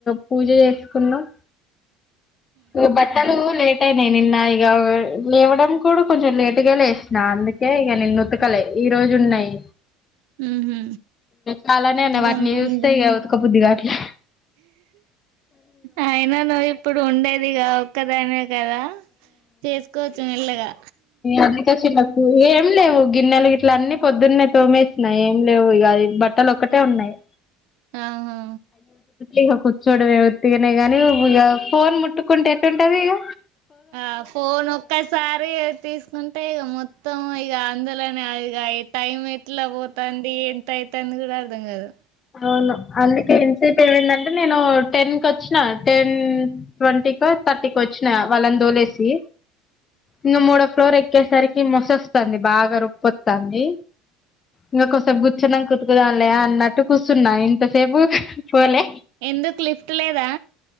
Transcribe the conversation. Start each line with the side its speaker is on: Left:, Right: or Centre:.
Left: పూజ జేసుకున్నాం ఇగ బట్టలు లే టైనయ్ నిన్న ఇగ లేవడం కూడా కొంచెం లేటుగా లేస్ నా అందుకే ఇగ నిన్న ఉతకలే ఈ రోజు ఉన్నాయి
Right: ఉహు
Left: చాలానే ఉన్నాయి
Right: ఇంకా
Left: వాటిని
Right: నువ్వుండే
Left: చూస్తే ఉతక బుద్దిగాట్లే
Right: అయినా నువ్వు ఇప్పుడు ఉండేదిగా ఒక్కదానివే గదా చేసుకోవచ్చు మెల్లగా
Left: అందుకే చిన్నకూ ఏం లేవు గిన్నెలు గిట్లా అన్ని పొద్దున్నే తోమేసిన ఏం లేవు ఇగ బట్టలు ఒక్కటే ఉన్నాయి
Right: ఆహా
Left: ఇగ కూర్చోడవే ఒత్తిగనే గానీ ఇగ ఫోన్ ముట్టుకుంటే ఏట్టుంటాది ఇగ
Right: ఆ ఫోన్ ఒక్కసారి తీసుకుంటే ఇగ మొత్తం ఇగ అందులోనే అయిగా టైం ఎట్లా బోతుంది ఎంత అయితుంది గూడా అర్థం గాదు
Left: అవును అందుకే ఇంతసేపు ఏమైందంటే అంటే నేను టెన్ కి వచ్చినా టెన్ ట్వంటీకి థర్టీకి వచ్చినా వాళ్ళని దోలేసి ఇంగా మూడో ఫ్లోర్ ఎక్కేసరికి ముసొస్తొంది బాగా రొప్పొస్తొంది ఇంకా కొసేపు గుర్చున్నా ఉతుకుదాంలే అన్నట్టు కూసున్నా ఇంతసేపు పోలే
Right: ఎందుకు లిఫ్ట్ లేదా